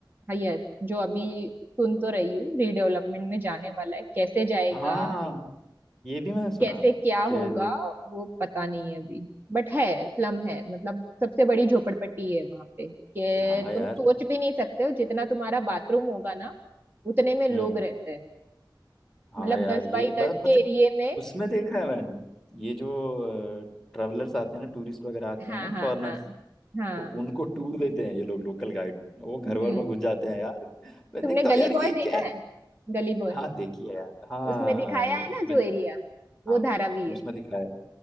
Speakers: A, on the right (about 25°); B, in the centre.
A: हाँ यस जो अभी सुन तो रही हूँ रीडेवलपमेंट में जाने वाला है कैसे जाएगा
B: हाँ ये भी मैंने सुना
A: कैसे क्या
B: कि
A: होगा वो पता नहीं है अभी बट है स्लम है मतलब सबसे बड़ी झोपड़पट्टी है वहां पे कि
B: हाँ यार
A: तुम सोच भी नहीं सकते हो जितना तुम्हारा बाथरूम होगा ना उतने में लोग
B: हम्म
A: रहते हैं
B: हाँ
A: मतलब
B: यार
A: दस
B: ये
A: बाई
B: मतलब
A: दस के
B: पता
A: एरिए
B: है,
A: में
B: उसमें देखा है मैंने ये जो ट्रेवलर्स आते हैं ना टूरिस्ट वगैरह आते
A: हाँ
B: हैं ना
A: हाँ
B: फॉरेनर्स
A: हाँ हाँ
B: तो उनको टूर देते हैं ये लोग लोकल गाइड वो घर
A: हम्म
B: भर में घुस जाते हैं यार मैं
A: तुमने
B: देखता हूँ
A: गली
B: यार ये
A: बॉय देखा
B: क्या
A: है गली बॉय
B: हाँ देखिए यार हाँ
A: उसमें दिखाया है ना
B: उसमें
A: जो
B: जो
A: एरिया वो
B: हाँ
A: धारावी है
B: उसमें दिखाया है।